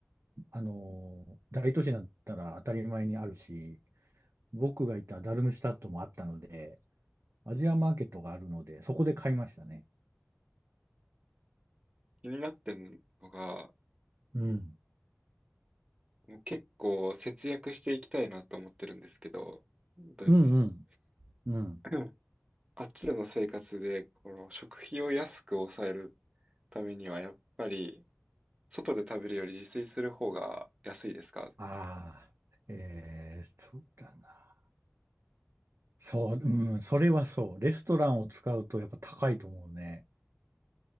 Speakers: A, on the right; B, on the right.
A: あのー大都市だったら当たり前にあるし、僕がいたダルムシュタットもあったので、アジアンマーケットがあるので、そこで買いましたね。
B: 気になってるのが、
A: うん。
B: もう結構節約していきたいなと思ってるんですけど、ドイツに。
A: うんうん。うん。
B: うんあっちでの生活で、この食費を安く抑えるためには、やっぱり、外で食べるより自炊する方が安いですか全然。
A: ああ、えーそうだな。そう、うん、それはそう。レストランを使うとやっぱ高いと思うね。